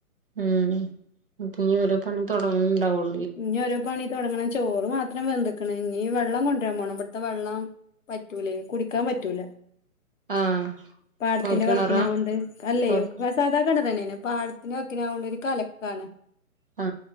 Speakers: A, on the right (about 40°); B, on the left (about 60°).
A: ഉം പിനി ഓരോ പണി തുടങ്ങുന്നുണ്ടാവുള്ളൂ
B: ഇനിഓരോ പണി തുടങ്ങണം ചോറ് മാത്രം വെന്തുക്കണ ഇനി വെള്ളം കൊണ്ടുവരാൻ പോകണം ഇവിടത്തെ വെള്ളം പറ്റൂലേ കുടിക്കാൻ പറ്റൂല
A: ആ
B: പാടത്തിന്റെ
A: കോഴൽക്കിണറാ
B: വക്കിനക കൊണ്ട് അല്ലേോ
A: കോഴൽക്കി
B: സാധാ കണ തന്നെ പാടത്തിന് വെക്കിനാവുന്ന ഒരു കലക്കാണ്
A: ആ